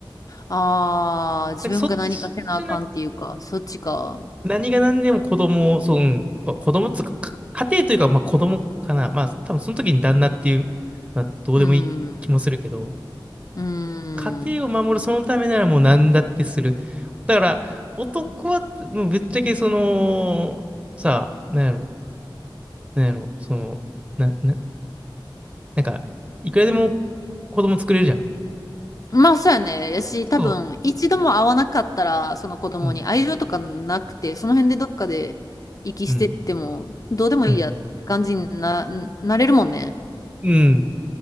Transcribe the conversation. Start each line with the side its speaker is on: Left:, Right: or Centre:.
Left: ああ、自分が何かせなあかんっていうか、
Right: なんかそっちな
Left: そっちか。
Right: 何が何でも子供を、そう、うん、こ子供っつうか、か家庭というか、まあ子供かな。まあ多分その時に旦那っていう、まあどうでもいい気もするけど、
Left: うん。うん。
Right: 家庭を守るそのためならもう何だってする。だから、男は、もうぶっちゃけその、さあ、なんやろ、なんやろ、その、な、な、なんか、いくらでも子供作れるじゃん。
Left: まあそうやね。やし、多分、
Right: そ
Left: 一度も会わなかったら、その子供に愛情とかなくて、
Right: う、うん、
Left: その辺でどっかで息してっても、
Right: うん、
Left: どうでもいいやって感じにな、
Right: うん、
Left: なれるもんね。
Right: うん。